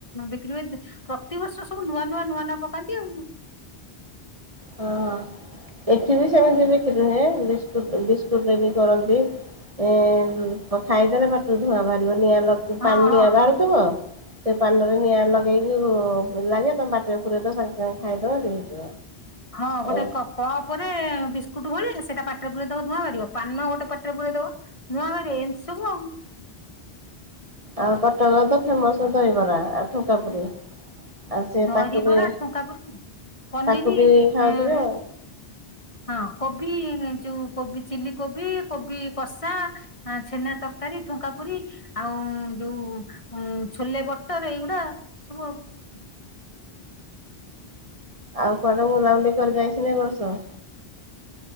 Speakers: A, on the left; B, on the right.
A: ବିକ୍ରି ହୁଏ। ପ୍ରତିିବର୍ଷ ସବୁ ନୂଆ ନୂଆ ନୂଆ ନୂଆ ପକାନ୍ତିଆଉ।
B: ହଁ ଏଠି ବି ସେମିତି ବିକ୍ରି ହୁଏ ବିସ୍କୁଟ ବିସ୍କୁଟରେ ବି କରନ୍ତି। ଏ ଖାଇଦେଲେ ପାଟରୁ ଧୂଆଁ ବାହାରିବ ନିଆଁ ଲ
A: ହଁ
B: ପାନରୁ
A: ହଁ।
B: ନିଆଁ ବାହାରୁଥିବ। ସେ ପାନରେ ନିଆଁ ଲଗେଇକି ଲାଗେ ତମ ପାଟିରେ ପୁରେଇଦବ ସାଙ୍ଗେ ସାଙ୍ଗେ ଖାଇଦବ ଲିଭିଯିବ।
A: ହଁ
B: ଆଉ
A: ଗୋଟେ କ କପ ରେ ବିସ୍କୁଟ ଭଳିଆ ସେଇଟା ପାଟିରେ ପୁରେଇ ଦବ ଧୂଆ ବାହାରିବ। ପାନ ଗୋଟେ ପାଟିରେ ପୁରେଇ ଦବ ଧୂଆଁ ବାହାରିବ ଏମିତି ସବୁ ଆଉ।
B: ଆଉ କଟକ ରେ ତ ଫେମୋସ ଦହିବରା ଆଉ ଠୁଙ୍କା ପୁୁରି। ଆଉ ସେ
A: ଦହିବରା
B: ତାକୁ ବି
A: ଠୁଙ୍କା ପୁରି ପନିର
B: ତାକୁ ବି ଖାଉଥିବେ ଆଉ।
A: ହଁ କୋବି ଯୋଉ କୋବି ଚିଲିକୋବି କୋବି କଷା। ଆ ଛେନା ତରକାରୀ ଠୁଙ୍କା ପୁରି। ଆଉ ଯୋଉ ଛୋଲେ ବଟର ଏଇଗୁଡା ସବୁ ଆଉ।
B: ଆଉ କୁଆଡେ ବୁଲାବୁଲି କରି ଯାଇଛନ୍ତି ଏ ବର୍ଷ?